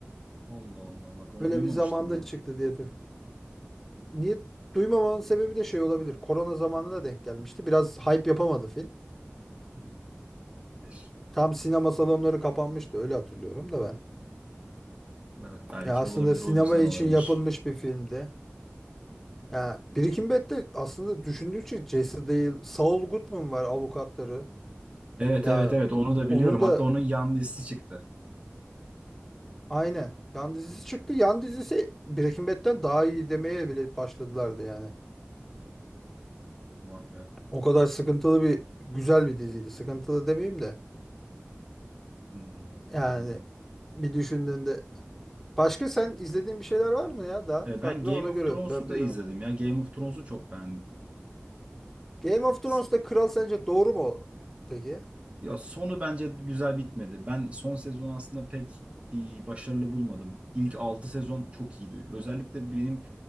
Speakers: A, on the right (about 30°); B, in the centre.
A: Allah Allah bak onu
B: Öyle
A: duymamıştım
B: bir zamanda
A: ben.
B: çıktı diye. dur- Niye duymamanın sebebi de şey olabilir. Korona zamanına denk gelmişti. Biraz hype yapamadı film.
A: Hmm. Olabilir.
B: Tam sinema salonları kapanmıştı öyle hatırlıyorum da ben.
A: Evet belki
B: Ya aslında
A: de olabilir
B: sinema
A: o yüzden
B: için
A: olabilir.
B: yapılmış bir filmdi. Ya Birikim Bet'te aslında düşündükçe Jesse değil, Saul Goodman var avukatları.
A: Evet
B: Ya
A: evet evet onu da
B: onu
A: biliyorum.
B: da
A: Hatta onun yan dizisi çıktı.
B: aynen yan dizisi çıktı. Yan dizisi Breaking Bad'den daha iyi demeye bile başladılardı yani.
A: Vay be.
B: O kadar sıkıntılı bir güzel bir diziydi. Sıkıntılı demeyeyim de
A: Hmm,
B: yani
A: anladım.
B: bir düşündüğünde başka sen izlediğin bir şeyler var mı ya daha
A: E,
B: farklı
A: Ben Game
B: ona
A: of
B: göre
A: Thrones'u
B: ben
A: da
B: bir
A: izledim ya. Game of Thrones'u çok beğendim.
B: Game of Thrones'ta
A: S-
B: kral sence doğru mu peki?
A: Ya sonu bence güzel bitmedi. Ben son sezon aslında pek e, başarılı bulmadım. İlk 6 sezon çok iyiydi. Özellikle benim